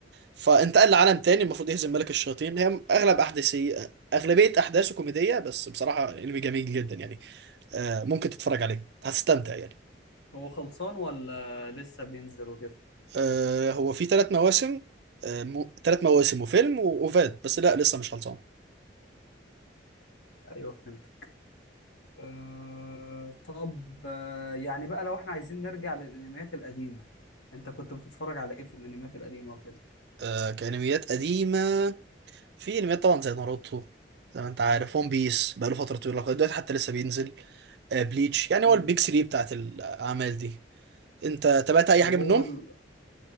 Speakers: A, on the right (about 60°); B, on the left (about 70°).
A: فانتقل لعالم تاني المفروض يهزم ملك الشياطين هي اغلب احداثي اغلبيه احداثه كوميديه بس بصراحه انمي جميل جدا يعني آه، ممكن تتفرج عليه هتستمتع يعني
B: هو خلصان ولا لسه بينزل وكده
A: آه، هو في ثلاث مواسم آه، مو... ثلاث مواسم وفيلم واوفات بس لا لسه مش خلصان
B: ايوه فهمت أه طب آه، يعني بقى لو احنا عايزين نرجع للانميات القديمه انت كنت بتتفرج على ايه في الانميات القديمه وكده
A: آه، كانميات قديمه في انميات طبعا زي ناروتو زي ما انت عارف ون بيس بقاله فتره طويله لغايه دلوقتي حتى لسه بينزل آه، بليتش يعني
B: امم
A: هو البيج 3 بتاعت الاعمال دي انت تابعت اي
B: طب
A: حاجه
B: هو
A: منهم؟
B: ال...